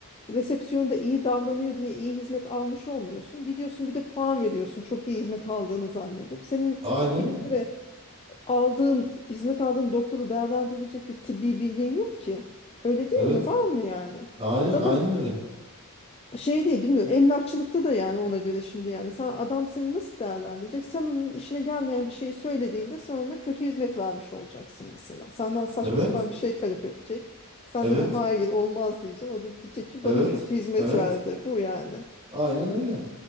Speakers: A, on the left; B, on the right.
A: resepsiyonda iyi davranıyor diye iyi hizmet almış olmuyorsun. Gidiyorsun bir de puan veriyorsun. Çok iyi hizmet aldığını zannedip. Senin
B: Aynen.
A: bir
B: öyle.
A: kere aldığın, hizmet aldığın doktoru değerlendirecek bir tıbbi bilgin yok ki. Öyle değil
B: Evet.
A: mi? Var mı yani?
B: Aynen.
A: Zaten
B: Aynen öyle.
A: şey değil bilmiyorum emlakçılıkta da yani ona göre şimdi yani sen adam seni nasıl değerlendirecek sen onun işine gelmeyen bir şeyi söylediğinde sen ona kötü hizmet vermiş olacaksın mesela senden saçma
B: Evet.
A: sapan bir şey talep edecek sen
B: Evet.
A: de bu hayır olmaz diyeceksin o da diyecek ki
B: Evet.
A: bana kötü hizmet
B: Evet.
A: verdi bu yani
B: Aynen öyle.